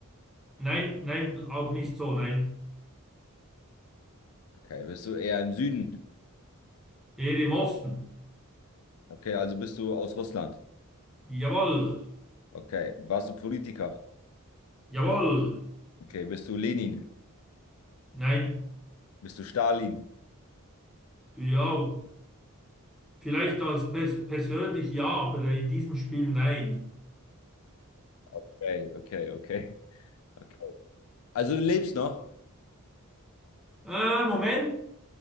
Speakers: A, in the centre; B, on the left.
A: Nein, nein, auch nicht so, nein.
B: Okay. Bist du eher im Süden?
A: Eher im Osten.
B: Okay, also bist du aus Russland.
A: Jawohl,
B: Okay. Warst du Politiker?
A: jawohl.
B: Okay. Bist du Lenin?
A: Nein,
B: Bist du Stalin?
A: ja, vielleicht als pers persönlich ja, aber in diesem Spiel nein.
B: Okay, okay, okay. Okay. Also du lebst noch?
A: Äh, Moment.